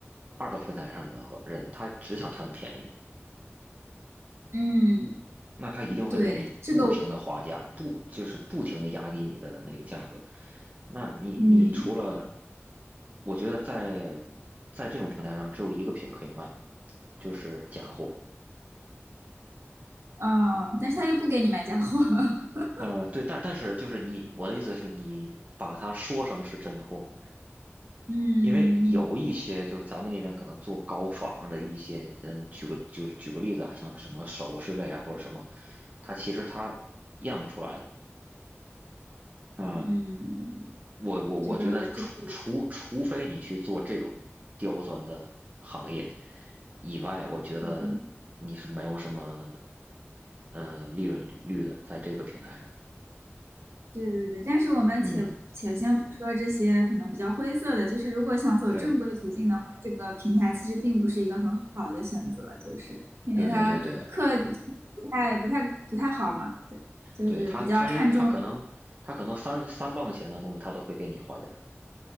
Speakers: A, on the right; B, on the right.
A: 二手平台上的话人，他只想贪便宜，
B: 嗯，
A: 那他一定会跟你不停的划价，
B: 对，这个我，
A: 不就是不停的压低你的那个价格。那你你除了，
B: 嗯。
A: 我觉得在在这种平台上只有一个品可以卖，就是假货。
B: 嗯，但是他又不给你买假货。<laughs>
A: 呃，对，但但是就是你，我的意思是你把它说成是真货，
B: 嗯
A: 因为有一些就是咱们那边可能做高仿的一些，嗯，举个就是举个例子啊，像什么首饰类啊或者什么，它其实它验不出来的啊。
B: 嗯，
A: 我我我觉得除除除非你去做这种刁钻的行业
B: 这个这个我，
A: 以外，我觉得你是没有什么
B: 嗯，
A: 呃利润率的在这个平台上。
B: 对对对，但是我们且且先不说这些可能比较灰色的，
A: 嗯，
B: 就是如果想走正规途径的话，
A: 对
B: 这个平台其实并不是一个很好的选择，就是因为它客
A: 对对对对。
B: 不太不太不太好嘛，对，就是比较看重，
A: 对他，他因为他可能他可能三三磅钱的东西他都会给你划价